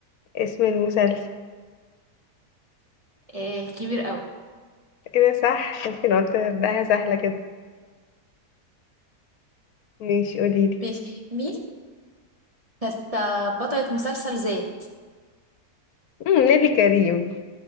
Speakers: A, on the left; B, on the right.
A: اسم المسلسل
B: إيه الكبير قوي
A: كده صح ممكن قلت أبدأها سهلة كده ماشي قوليلي
B: ماشي مين كانت آه، بطلة مسلسل ذات
A: مم، نيلي كريم